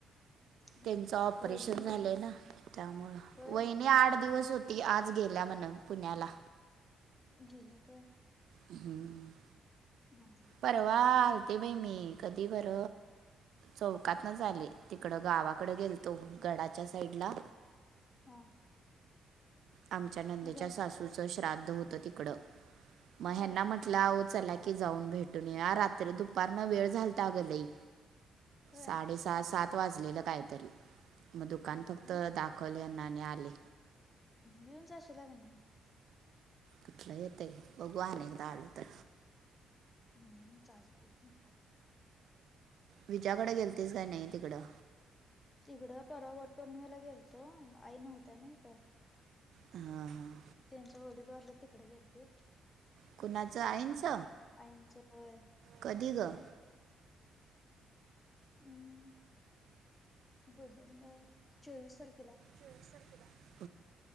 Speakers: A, on the left; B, on the right.
A: होय
B: त्यांच ऑपरेशन
A: वहिनी
B: झालंय ना, त्यामुळ
A: होय
B: वहिनी आठ दिवस होते ती आज गेल्या म्हण पुण्याला.
A: गेलं तर?
B: हम्म.
A: ह ह.
B: परवा आलते बाई मी कधी बर चौकात नच आले तिकड गावाकडे गेलतो गडाच्या साईड ला
A: हा.
B: आमच्या नंदेच्या
A: मग घर
B: सासूचं श्राद्ध होतं तिकडं, मग
A: होय
B: ह्यांना म्हट तटला चला की जाऊन भेटून या, रात्री दुपारन वेळ झालता अ गलई.
A: होय
B: साडे सहा सात वाजलेलं काहीतरी मग दुकान
A: हा हा
B: फक्त
A: येऊन
B: दा अकली यांना आणि आली.
A: येऊन जाशीला का नाही मग
B: कुठलं येतय, बघु आणे एकदा आल तर.
A: हम् चालते.
B: विजकडे गेलतीस काय नाही तिकडं?
A: तिकडं परवा वट पौर्णमेला गेल तो आई नव्हत्या नाही तर
B: हां हां
A: त्यांच्या वडील वरलं तिकडे गेल तेस.
B: कोणाचं आईच?
A: आईनच होय.
B: कधी ग?
A: हम्, दो द म चोवीस तारखेला.
B: जसर केला.